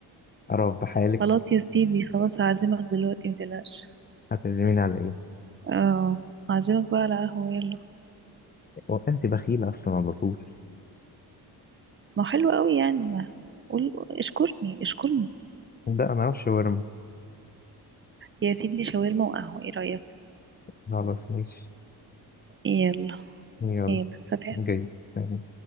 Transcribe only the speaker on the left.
أعرف بحالك
هتعزميني على إيه
هو أنت بخيلة أصلا على طول
ده أنا وش ورم
خلاص ماشي
يلا
جاي سلام